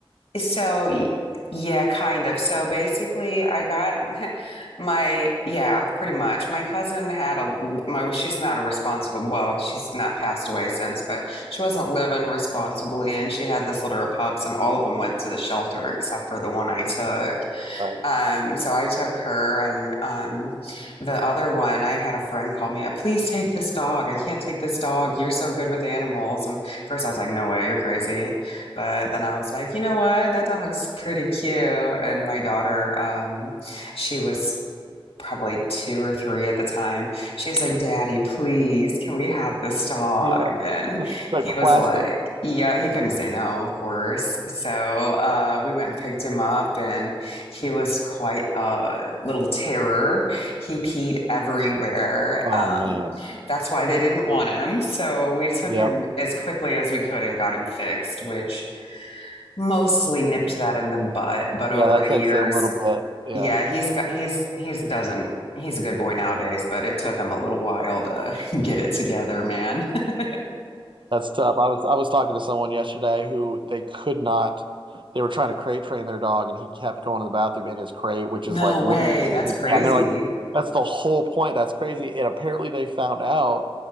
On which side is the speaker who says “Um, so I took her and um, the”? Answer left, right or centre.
Left